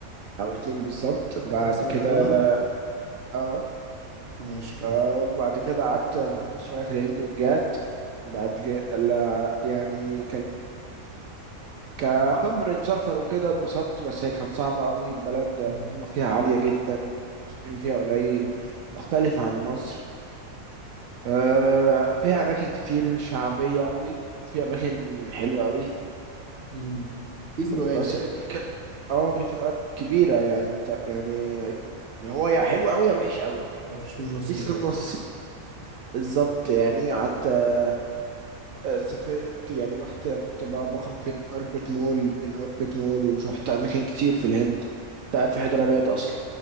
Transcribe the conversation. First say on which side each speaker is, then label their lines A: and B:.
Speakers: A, on the right (about 70°); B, on the right (about 40°).
A: او اتنين بالظبط بعد
B: ده كان بسبب
A: كده
B: كورونا
A: اه
B: ماشي كمل
A: آه، وبعد كده قعدت محبوس شوية في الهند ورجعت بعد كده لا يعني كانت كخبرة سفر وكده اتبسطت بس هي كانت صعبة قوي بلد الرطوبة
B: أمم،
A: فيها عالية جدا السجون فيها قليل مختلف عن مصر آه، فيها أماكن كتير شعبية قوي في أماكن حلوة قوي
B: أمم. في فروقات
A: بس
B: يعني
A: دي ك... اه في فروقات كبيرة يعني ط- يعني هو يا حلو قوي يا وحش قوي
B: ما فيش في النص
A: مفيش
B: دي
A: في
B: خالص
A: النص بالظبط يعني قعدت آه، آه، سافرت يعني رحت كنت بقى بخرج في أوربت مول إن أوربت مول ورحت أماكن كتير في الهند كنت قاعد في حيدر أبيض أصلا